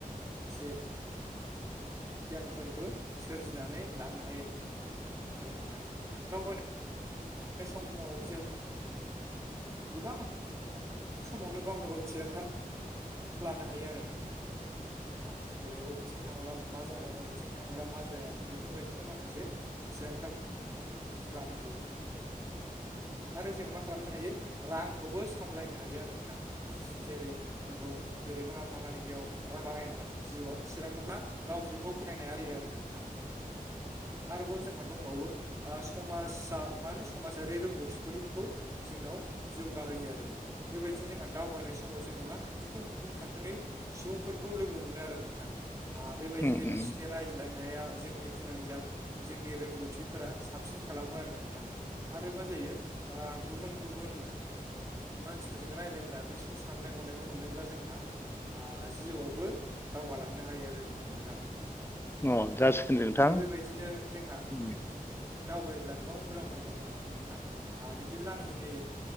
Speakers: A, on the right; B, on the left.
A: से गियानफोरबो सोरजिनानै लानो हायो नोंथां दावबाय बे समाव जों गोबां समावनो गावनो गाव थिरांथा लानो हायो आरो नों नोंथां जेरै बबेथिं थांब्ला मा जागोन बबेथिं थांब्ला मा जाया बेफोरबायदिनि माखासे थिरांथा लानो हायो। आरो जों मा खालामनो हायो रांखौबो सामलायनो हायो आरो नोंथां जेरै नांगौ जेरै नाङा फाङा जायगायाव रां बाहायनाङा जिउआव थिरांङोब्ला गावजों गाव फायनाया होयो आरो नोंथां। आरोबाव जोंहा दंबावो ओ समाजा मा होनो समाजारि रोंगौथिफोरखौ जोंनाव जौगाहोयो आरो। बेबायदिनो जोंहा दावबायनाय समाव जोङो मा गुबुन- गुबुन थाखोनि सुबुंफोरखौ लोगो मोनो आरो नोंथां। ओ बेबायदिनो
B: उम उम
A: बिसोरनि रायज्लायनाया जोंनि फोनांजाब जोंनि रोंगौथिफोरा साबसिन खालामो आरो नोंथां आरो मा जायो ओ गुबुन- गुबुन मानसिफोरजों रायलायब्ला बिसोरनि साननाय हनायखौ मोनोब्ला जोंहा ओ जिउआवबो दावगालांनो हायो आरो नोंथां।
B: अ जासिगोन दे नोंथां
A: आरो बेबायदिनो जोंहा
B: उम
A: दावबायोब्ला गोबां मुलाम्फाफोर दं आरो नोंथां ओ बिदिब्ला आंनि